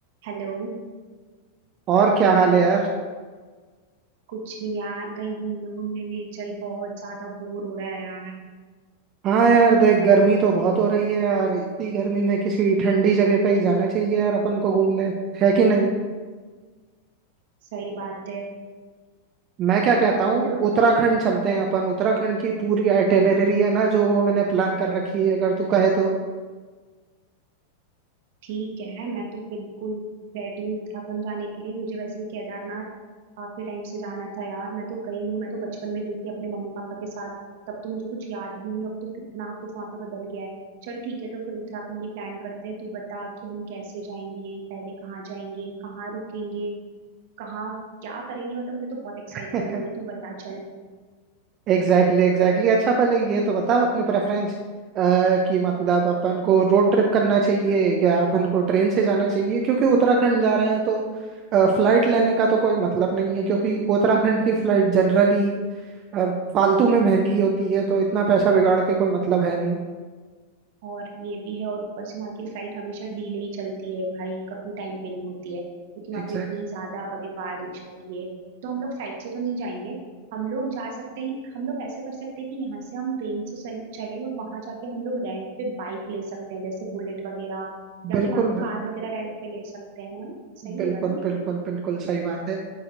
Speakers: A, on the right; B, on the right.
A: Hello
B: और क्या हाल है यार
A: कुछ नहीं यार कहीं घूमने घूमने नहीं चल बहुत ज्यादा बोर हो रहा है यार
B: हाँ यार देख गर्मी तो बहुत हो रही है यार इतनी गर्मी में किसी ठंडी जगह पे ही जाना चाहिए यार अपन को घूमने है कि नहीं
A: सही बात है
B: मैं क्या कहता
A: तो
B: हूँ
A: हम लोग
B: उत्तराखंड चलते हैं अपन उत्तराखंड की पूरी आइटिनरी है ना जो वो मैंने प्लान कर रखी है अगर तू कहे तो
A: ठीक है मैं तो बिल्कुल रेडी हूँ उत्तराखंड जाने के लिए मुझे वैसे भी केदारनाथ काफी टाइम से जाना था यार मैं तो गई नहीं हूँ मैं तो बचपन में गई थी अपने मम्मी पापा के साथ तब तो मुझे कुछ याद भी नहीं अब तो कितना कुछ वहाँ पे बदल गया है चल ठीक है तो फिर उत्तराखंड ही प्लान करते हैं तू बता कि हम कैसे जाएंगे पहले कहाँ जाएंगे कहाँ रुकेंगे कहाँ क्या करेंगे मतलब मुझे तो बहुत एक्साइटमेंट
B: <laughs>
A: हो रही है तू बता चल
B: Exactly exactly exactly. exactly. अच्छा पहले ये तो बता अपने प्रेफरेंस कि मतलब अपन को रोड ट्रिप करना चाहिए या अपन को ट्रेन से जाना चाहिए क्योंकि उत्तराखंड जा रहे हैं तो फ्लाइट लेने का तो कोई मतलब नहीं है क्योंकि उत्तराखंड की फ्लाइट जनरली अब फालतू में महंगी होती है तो इतना पैसा बिगाड़ के कोई मतलब है नहीं
A: और ये भी है और ऊपर से वहाँ की फ्लाइट हमेशा डिले ही चलती है भाई कभी टाइम पे नहीं होती है क्योंकि वहाँ
B: एग्जैक्ट
A: पे इतनी ज्यादा कभी बारिश कभी ये तो हम लोग फ्लाइट से तो नहीं जाएंगे हम लोग जा सकते हैं हम लोग ऐसा कर सकते हैं कि यहाँ से हम ट्रेन से चल, चले और वहां जाके हम लोग रेंट पे बाइक ले सकते हैं जैसे बुलेट वगैरह या
B: बिल्कुल
A: फिर वहाँ पे
B: बिल्कुल
A: कार वगैरह रेंट पे ले सकते हैं है ना सही होगा
B: बिल्कुल
A: ना ये?
B: बिल्कुल बिल्कुल सही बात है